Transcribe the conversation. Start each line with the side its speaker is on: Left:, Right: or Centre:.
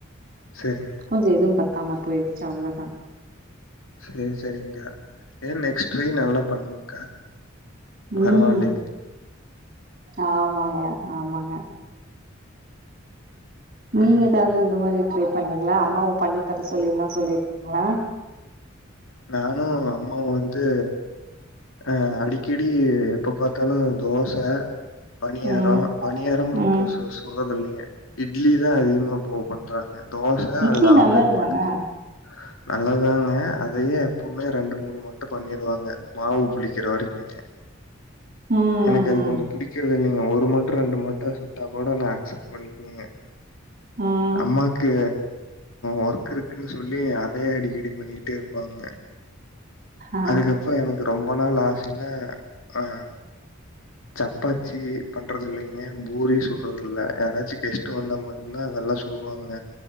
Left: சரிங்க.
Right: கொஞ்ச எதும் பத் தாம போயிருச்சு அவ்ளதா
Left: சேரி சேரிங்கா ஏ நெக்ஸ்ட் ட்ரை நல்லா பண்ணுங்க்கா பரவாலிங்
Right: ம். ஆமாங்க ஆமாங்க நீங்
Left: ம்.
Right: எதாவ்து இந்த மாரி ட்ரை பண்ணீங்ளா அம்மாவ பண்ணி தர சொல்லிலா சொல்லிருக்கீங்ளா
Left: நானு அம்மாவ் வந் து அ அடிக்கடி எப்ப பாத் தலு தோச பனியாரோ
Right: ம்,
Left: பனியாரமு
Right: ம்.
Left: இப்ப சுடிறத இல்லிங்க இட்லி தா அதிகமா ஓ பண்றாங்க தோச
Right: இட்லி
Left: அதுல
Right: நல்லது
Left: ஆம்லேட்
Right: தானே?
Left: மட்டுந்தா நல்லத்தாங்க அதயே எப்பவுமே ரெண்டு மூணு மட்டு பண்ணிருவாங்க மாவு புளிக்கிற வரங்குங்க
Right: ம், ம்,
Left: எனக்கு அது
Right: ம்.
Left: கொஞ்ச புடிக்ற்து இல்லிங் ஒரு மட் ரெண்டு மட்டா சு ட்டா கூட நா அக்சப்ட் பண்ணிகுவங்க
Right: ம்.
Left: அம்மாக்கு ஒர்க்கு இருக்குனு சொல்லி அதயே அடிக்கடி பண்ணிகிட்டே இரு பாங்க
Right: ஆ,
Left: அதுக்கப்ற எனக்கு ரொம்ப நாள் ஆ சின்னா அ சப்பாச்தி பண்றதில்லிங்க பூரி சுட்றதுல்ல யாராச்சி கெஸ்ட்டு வந்தா மட்டுந்தா அதல்லா சுடுவாங்க